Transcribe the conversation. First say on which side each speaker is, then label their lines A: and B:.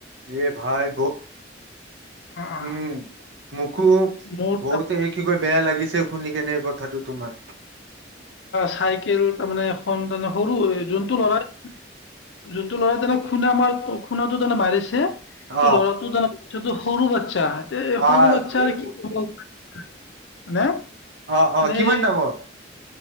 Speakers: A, on the right; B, on the left.
A: এ ভাই ব
B: অ' অ,
A: উম মোকো
B: মোৰ
A: বহুতে কিবা বেয়া লাগিছে শুনি কেনে এই কথাটো তোমাৰ
B: চাইকেল তাৰমানে এখন সৰু যোনটো ল'ৰাই যোনটো ল'ৰাই তেনে শুনে আমাৰ অ শুনাটো তানে মাৰিছে
A: আহ
B: ত ল'ৰাটো তানে ইটো সৰু বচ্চা এ
A: আহ
B: সৰু
A: অ আ
B: বাচ্ছাৰ কি হ হনে এনেই
A: অ অ কিমান ডাঙৰ